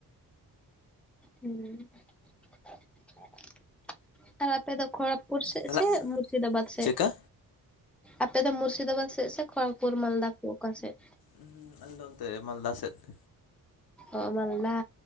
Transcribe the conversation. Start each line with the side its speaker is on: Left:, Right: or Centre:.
Centre: ᱦᱩᱸ ᱾ <inaudible> ᱟᱨ ᱟᱯᱮ ᱫᱚ ᱠᱷᱚᱲᱚᱜᱽᱯᱩᱨ ᱥᱮᱫ
Left: ᱛᱟᱦᱚᱞᱮ
Centre: ᱥᱮ ᱢᱩᱨᱥᱤᱫᱟᱵᱟᱫᱽ ᱥᱮᱫ?
Left: ᱪᱮᱫᱠᱟ?
Centre: ᱟᱯᱮᱫᱚ ᱢᱩᱨᱥᱤᱫᱟᱵᱟᱫᱽ ᱥᱮᱫ ᱥᱮ ᱠᱷᱚᱲᱚᱜᱽᱯᱩᱨ ᱢᱟᱞᱫᱟ ᱠᱚ ᱚᱠᱟ ᱥᱮᱫ?
Left: ᱦᱩᱸ ᱟᱞᱮᱫᱚ ᱚᱱᱛᱮ ᱢᱟᱞᱫᱟ ᱥᱮᱫ᱾
Centre: ᱚ ᱢᱟᱞᱫᱟ,